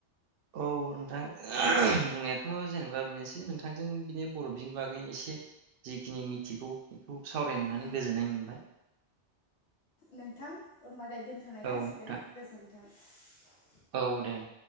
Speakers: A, on the right (about 60°); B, on the left (about 85°).
A: औ नोंथां बुंनायाथ' जेनेबा बेनोसै नोंथांजों बिदि बर' बिनि बागै एसे जिखिनि मिथिगौ बे। खौ सावरायनो मोननानै
B: ओ
A: गोजोननाय मोनबाय।
B: नोंथां <unintelligible> दोनथ'नाय जासिगोन
A: औ नोंथां
B: गोजोन्थों। <unintelligible>
A: औ दे नोंथां